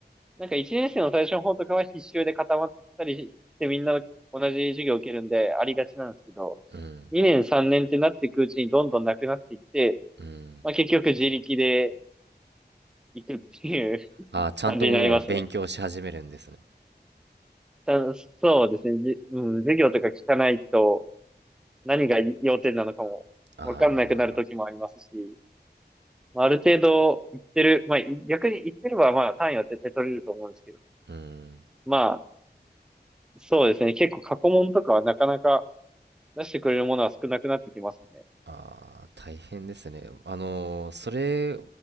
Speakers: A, in the centre; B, on the right.
A: なんか1年生の最初の方とかは必修で固まったりしてみんな同じ授業を受けるんでありがちなんですけど、
B: うん
A: 2年3年ってなっていくうちにどんどんなくなっていって、
B: うん
A: まあ結局自力で行くっていう
B: ああちゃんともう勉強し始めるんですね
A: 感じになりますね。たそうですね。じ、うん、授業とか聞かないと何が要点なのかもわかんなくなる時もありますし、
B: ああ、
A: まあ、ある程度言ってる、まあ、い逆に言ってればまあ単位は絶対取れると思うんですけど、
B: うん。
A: まあ、そうですね。結構過去問とかはなかなか出してくれるものは少なくなってきますね。
B: ああ、大変ですね。あのーそれ、